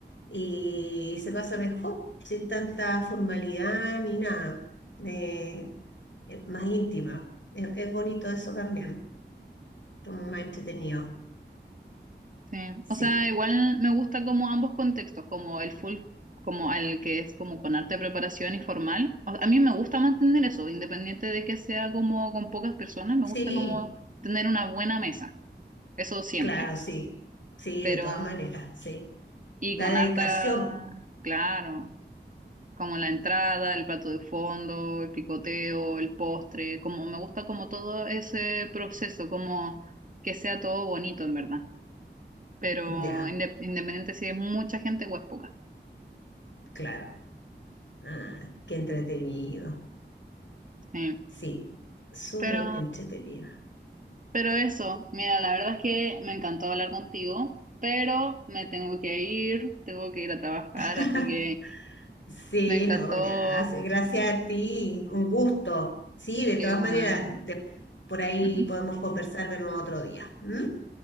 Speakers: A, on the left; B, on the right.
A: y se pasa mejor, sin tanta formalidad ni nada, eh, es más íntima. Es, es bonito eso también, como más entretenido.
B: Sí, o
A: Sí,
B: sea, igual me gusta como ambos contextos, como el full, como al que es como con arte de preparación y formal. O- a mí me gusta mantener eso, independiente de que sea como con pocas personas, me
A: sí,
B: gusta como tener una buena mesa, eso siempre.
A: claro, sí, sí,
B: Pero,
A: de todas maneras, sí.
B: y
A: La
B: con
A: dedicación,
B: harta, claro, como la entrada, el plato de fondo, el picoteo, el postre, como me gusta como todo ese proceso, como que sea todo bonito en verdad pero
A: ya,
B: inde- independiente si es mucha gente o es poca.
A: claro. Ah, qué entretenido,
B: Sí.
A: sí, súper
B: Pero,
A: entretenido.
B: pero eso, mira, la verdad es que me encantó hablar contigo, pero me tengo que ir, tengo que ir a trabajar,
A: <laughs>
B: así que
A: Sí,
B: me encantó.
A: no, gracias. Gracias a ti. Un gusto. Sí, de
B: que,
A: todas
B: bueno,
A: maneras, de- por ahí
B: ujú.
A: podemos conversar de nuevo otro día. ¿m?